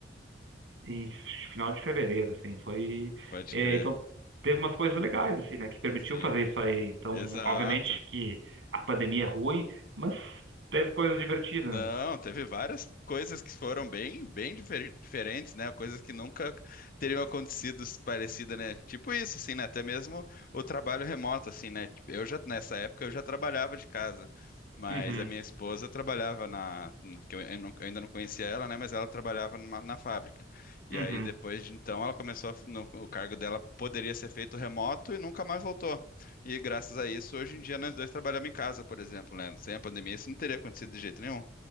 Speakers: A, on the right; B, on the left.
A: em final de fevereiro, assim, foi,
B: pode
A: é,
B: crer.
A: então teve umas coisas legais, assim, né, que permitiu
B: Sim,
A: fazer isso aí, então,
B: exato.
A: obviamente que a pandemia é ruim, mas teve coisas divertidas,
B: Não,
A: né?
B: teve várias coisas que foram bem, bem difer- diferentes, né? Coisas que nunca teriam acontecido parecida, né? Tipo isso, assim, né? Até mesmo o trabalho remoto, assim, né? Tipo, Eu já nessa época eu já trabalhava de casa, mas
A: Uhum,
B: a minha esposa trabalhava na, que eu, eu não- eu ainda não conhecia ela, né? Mas ela trabalhava numa- na fábrica. E
A: uhum.
B: aí depois de então ela começou a- no- o cargo dela poderia ser feito remoto e nunca mais voltou. E graças a isso hoje em dia nós dois trabalhamos em casa, por exemplo, né? Sem a pandemia isso não teria acontecido de jeito nenhum.